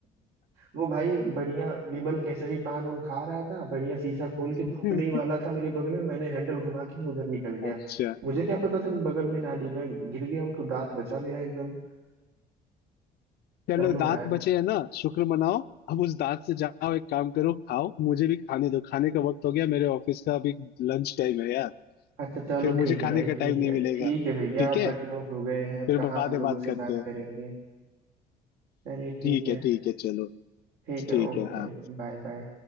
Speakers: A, on the right; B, on the left.
A: वो भाई बढ़िया विमल केसरी पान उन खा रहा था बढ़िया शीशा खोल के थूकने
B: <laughs>
A: ही वाला था मेरे बगल में मैंने हैंडल घुमा के मैं उधर निकल गया
B: अच्छा
A: मुझे क्या पता था बगल में नाली में गिर गया वो तो दांत बचा मेरा एकदम
B: चलो
A: चलो
B: दांत
A: यार
B: बचे है ना शुक्र मनाओ अब उस दांत से जाओ एक काम करो खाओ मुझे भी खाने दो खाने का वक्त हो गया मेरे ऑफिस का अभी लंच टाइम है यार
A: अच्छा चलो
B: फिर
A: ठीक
B: मुझे
A: है
B: खाने
A: भाई
B: का
A: ठीक
B: टाइम
A: है
B: नहीं मिलेगा
A: ठीक है भैया
B: ठीक
A: आप
B: है
A: बड़े लोग हो गए हैं अब
B: फिर
A: कहाँ
B: बाद
A: हम
B: में
A: लोगों
B: बात करते
A: से बात
B: हो
A: करेंगे चलिए ठीक
B: ठीक
A: है
B: है ठीक है चलो
A: ठीक है
B: ठीक
A: ओके
B: है हाँ
A: ओके बाय बाय